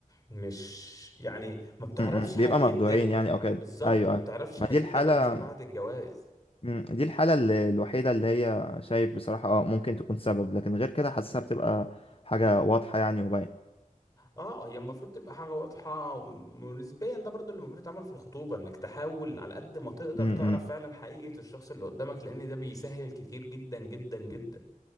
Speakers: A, on the left; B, on the left.
A: مش يعني ما بتعرفش
B: م- م. بيبقى
A: حقيقة
B: مخدوعين
A: ده
B: يعني
A: ما-
B: أو كده
A: بالظبط
B: أيوه
A: ما بتعرفش
B: أيوه ما
A: حقيقة
B: دي الحالة
A: ده بقى غير بعد الجواز
B: م، دي الحالة اللي الوحيدة اللي هي شايف بصراحة أه ممكن تكون سبب لكن غير كده حاسسها بتبقى حاجة واضحة يعني وباينة
A: اه هي المفروض تبقى حاجة واضحة ونسبيا ده برضو اللي المفروض يتعمل في الخطوبة انك تحاول على قد ما تقدر
B: م-
A: تعرف
B: م.
A: فعلا حقيقة الشخص اللي قدامك لان ده بيسهل كتير جدا جدا جدا